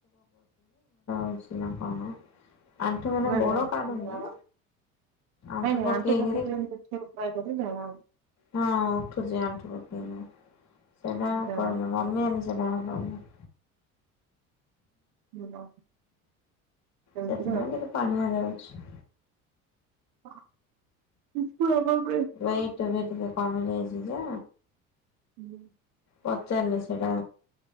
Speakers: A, on the left; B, on the right.
A: ଅଛିି ନା କଣ? ଆଣ୍ଠୁ ମାନେ
B: ନାଇଁ
A: ଗୋଡ
B: ନାଇଁ ଆଣ୍ଠୁ
A: କାଢୁନି,
B: ରଖିଲେ ଝାଡା
A: ଆଣ୍ଠୁ
B: ନାଇଁ ନାଇଁ
A: ପକେଇ
B: ରଖିଲେ
A: କିରି
B: ମୁଖ୍ୟ <unintelligible>
A: ହଁ ଉଠୁଛି ଆଣ୍ଠୁ
B: ହବ
A: <unintelligible> ସେଟା
B: ଝାଡା
A: କହିଲ ମମି ଆ ସେଟା କହୁନ।
B: ହବ ସେମିତିରେ
A: ସେଥିପାଇଁ
B: ହବ
A: ଟିକେ ପାଣିଆ ଯାଉଛି।
B: <unintelligible>
A: ଏଇଟ ବି ଟିକେ କମି ଯାଇଛି ଯେ
B: ହୁଁ
A: ପଚାରିନି ସେଇଟା।